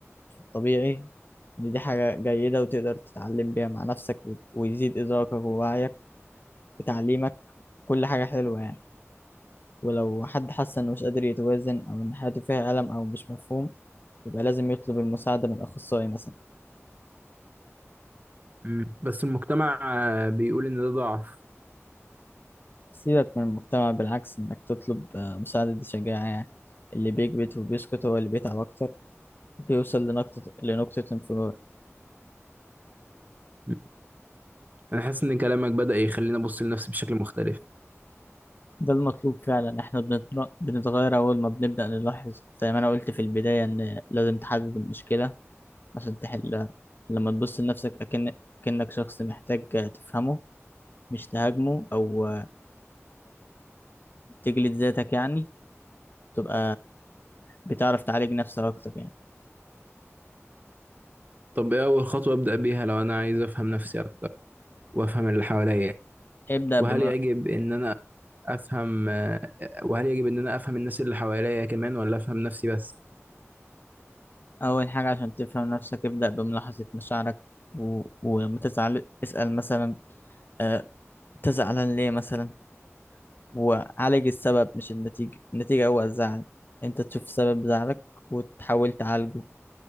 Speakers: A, on the left; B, on the right.
A: في الطبيعي إن دي حاجة جيدة وتقدر تتعلم بيها مع نفسك وت- ويزيد إدراكك ووعيك وتعليمك كل حاجة حلوة يعني ولو حد حس إنه مش قادر يتوازن أو إن حياته فيها ألم أو مش مفهوم يبقى لازم يطلب المساعدة من أخصائي مثلا
B: مم. بس المجتمع آه، بيقول ان ده ضعف
A: سيبك من المجتمع بالعكس إنك تطلب آه، مساعدة دي شجاعة يعني اللي بيكبت وبيسكت هو اللي بيتعب أكتر بيوصل لنقطة لنقطة انفجار
B: مم. انا حاسس ان كلامك بدأ يخليني ابص لنفسي بشكل مختلف
A: ده المطلوب فعلا إحنا بنت- بنتغير أول ما بنبدأ نلاحظ زي ما أنا قلت في البداية إن لازم تحدد المشكلة عشان تحلها لما تبص لنفسك أكن أكنك شخص محتاج تفهمه مش تهاجمه أو تجلد ذاتك يعني تبقى بتعرف تعالج نفسك أكتر يعني
B: طب ايه اول خطوة ابدأ بيها لو انا عايز افهم نفسي اكتر وافهم اللي حواليا
A: ابدأ
B: وهل
A: بم...
B: يجب ان انا افهم آه، وهل يجب ان انا افهم الناس اللي حواليا كمان ولا افهم نفسي بس
A: أول حاجة عشان تفهم نفسك ابدأ بملاحظة مشاعرك و... ولما تزعل اسأل مثلا أه... أنت زعلان ليه مثلا وعالج السبب مش النتيجة النتيجة هو الزعل أنت تشوف سبب زعلك وتحاول تعالجه